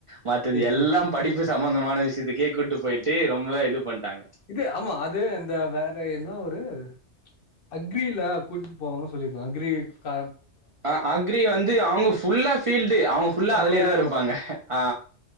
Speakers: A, on the right; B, on the left.
A: மத்தது எல்லா
B: சரி
A: படிப்பு ச சம்பந்தமான விஷயத்துக்கே கூட்டு போய்ட்டு ரொம்ப இது பண்ட்டாங்க
B: இது ஆமா அது அந்த வேற என்ன ஒரு டு அக்ரில கூடிட்டு போவாங்கு சொல்லியிருக்காங்க அக்ரி கா
A: அ அக்ரி வந்து அவங்க ஃபுல்லா ஃபீல்டு அவங்க ஃபுல்லா
B: செமையா
A: அதுலேதா இருப்பாங்க ஆ